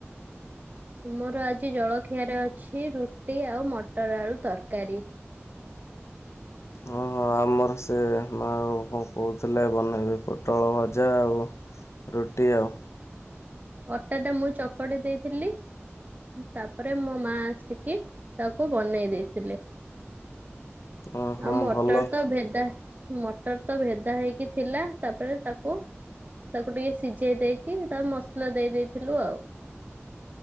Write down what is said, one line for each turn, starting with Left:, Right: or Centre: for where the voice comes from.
Right: ତୁମର ଆଜି ଜଳଖିଆରେ ଅଛି ରୁଟି ଆଉ ମଟର ଆଳୁ ତରକାରୀ।
Left: ହଁ। ହଁ, ଆମର ସେ ମାଆ କଣ କହୁଥିଲେ ବନେଇବେ ପୋଟଳ ଭଜା ଆଉ ରୁଟି ଆଉ।
Right: ଅଟାଟା ମୁଁ ଚକଟି ଦେଇଥିଲି। ତାପରେ, ମୋ ମା ଆସିକି ତାକୁ ବନେଇ ଦେଇଥିଲେ।
Left: ଓ ହଁ
Right: ଆଉ ମଟର
Left: ଭଲ
Right: ତ ଭେଦା ମଟର ତ ଭେଦା ହେଇକି ଥିଲା। ତାପରେ ତାକୁ ତାକୁ ଟିକେ ସିଝେଇ ଦେଇକି, ତା ମସଲା ଦେଇ ଦେଇଥିଲୁ ଆଉ।